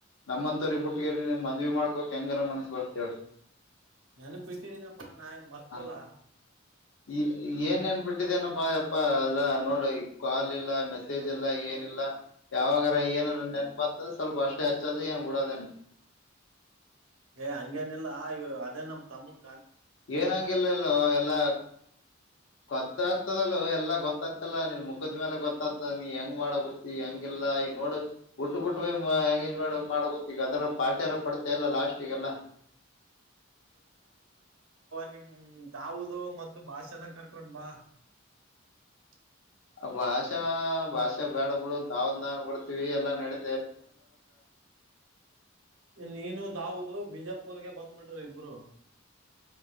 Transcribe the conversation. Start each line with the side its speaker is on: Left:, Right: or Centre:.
Left: ನಮ್ಮಂತವರಿ ಬುಟ್ಟಗರಿ ಮದ್ವಿ ಮಾಡ್ಕೋಕ್ ಹೆಂಗರ ಮನಸ್ ಬರ್ತಿ.
Right: ನೆನಪಿಟ್ಟಿದೀನಪ್ಪಾ ನಾ ಏನ್ ಮರ್ತಿಲ್ಲ
Left: ಹ ಈ ಏನ್ ನೆನ್ಬಿಟ್ಟಿದ್ದೇನಪ್ಪ ಯಪ್ಪಾ ಅಲ್ಲ ನೋಡ ಕಾಲ್ ಇಲ್ಲ ಮೆಸೇಜ್ ಇಲ್ಲ ಏನಿಲ್ಲ ಯಾವಾಗಾರ ಏನಾರ ನೆನಪ ಅಂತ ಸ್ವಲ್ಪ ಅಷ್ಟೇ ಹಚ್ಚೋದು ಏನ್ ಬಿಡದೇನ.
Right: ಏ ಹಂಗೇನಿಲ್ಲಾ ಈ ಅದೇ ನಮ್ ತಮನ್.
Left: ಏನಂಗಿಲ್ಲಲ್ಲೋ ಎಲ್ಲ ಗೊತ್ತಾಗ್ತದಲ್ಲೋ ಎಲ್ಲಾ ಗೊತ್ತಾಗ್ತಲ್ಲ ನೀನ್ ಮುಖ. ಕದ್ಮೇಲೆ ಗೊತ್ತಾತ ನೀ ಹೆಂಗ್ ಮಾಡ ಗೊತ್ತಿ ಹೆಂಗಿಲ್ಲ ಈಗ ನೋ. ಬಿಟ್ಟ ಬಿಟ್ಟ ಎಂಗೇಜ್ಮೆ ಮಾಡ ಗೊತ್ತ ಈಗ ಅದರ ಪಾರ್ಟಿ ಯಾರ ಕೊಡ್ತಾ ಇಲ್ಲ ಲಾಸ್ಟಿಗೆಲ್ಲ.
Right: ನಿ ದಾವುದು ಮತ್ತು ಭಾಷಣ ಕರ್. ಬಾ <unintelligible>
Left: ಆ ಭಾಷಾ. ಭಾಷೆ ಬೇಡ ಬಿಹುದು ದಾವ್ ನಾನು ಬರ್ತೀವಿ ಎಲ್ಲ ನಡೀ.
Right: ನೀನು ದಾಾವದು ಬಿಜಾಪುರ್ಗೆ ಬಂದ್ಬಿಟ್ಟ. ಇಬರು.